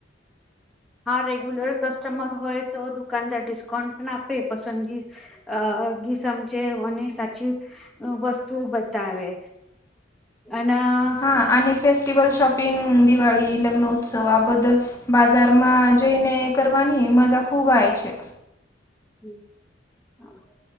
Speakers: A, in the centre; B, on the left (about 15°).
A: હા, રેગ્યુલર કસ્ટમર હોય તો દુક કાનદાર ડિસ્કાઉન્ટ પણ આપે, પસંદગી અહ ગી સમજે, ઓને સાચી વસ્તુ બતાવે. અના
B: હા, અને ફેસ્ટીવલ, શોપિંગ, દિવાળી, લગ્ન ઉત્સવ આ બધ બાજારમાં જઈને કરવાની મજા ખુબ આયે છે.
A: હમ્મ, હા,